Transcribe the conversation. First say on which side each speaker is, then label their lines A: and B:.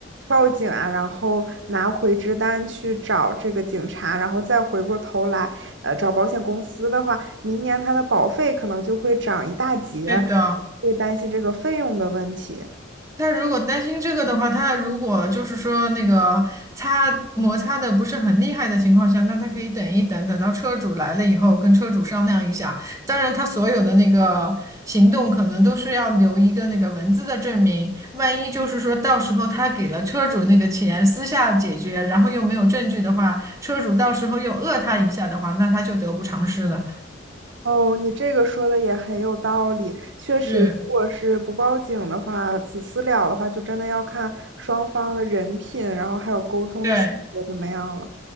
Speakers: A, on the right (about 65°); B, on the right (about 15°).
A: 报警啊，然后拿回执单去找这个警察，然后再回过头来，呃，找保险公司的话，明年他的保费可能就会涨一大截，
B: 对的。
A: 会担心这个费用的问题。
B: 他如果担心这个的话，他如果就是说那个擦摩擦的不是很厉害的情况下，那他可以等一等，等到车主来了以后跟车主商量一下。当然，他所有的那个行动可能都是要留一个那个文字的证明，万一就是说到时候他给了车主那个钱，私下解决，然后又没有证据的话，车主到时候又讹他一下的话，那他就得不偿失了。
A: 哦，你这个说的也很有道理。确实，
B: 嗯，
A: 如果是不报警的话，子私了的话，就真的要看双方的人品，然后还有沟通的细节怎么样了。
B: 对。